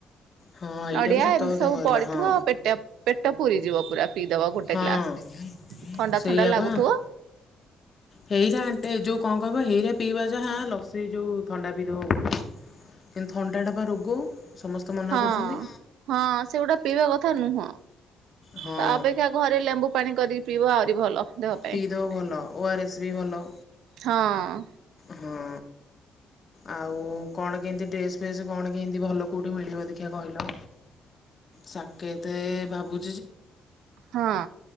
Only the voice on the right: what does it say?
ନଡିଆ,
ଏମିତି
ସବୁ
ପଡିଥିବ
ପେଟେ ପେଟ। ପେଟ ପୁରୀ ଯିବ ପୁରା। ପିଇ ଦବ ଗୋଟେ
ଗ୍ଲାସ ଥଣ୍ଡା
ଥଣ୍ଡା ଲାଗୁଥିବ।
ହଁ
ହଁ ସେଗୁଡା ପିଇବା କଥା ନୁହଁ।
ତା ଅପେକ୍ଷା ଘରେ ଲେମ୍ବୁ ପାଣି କରିକି ପିଇବ, ଆହୁରି ଭଲ ଦେହ ପାଇଁ।
ହଁ।
ହଁ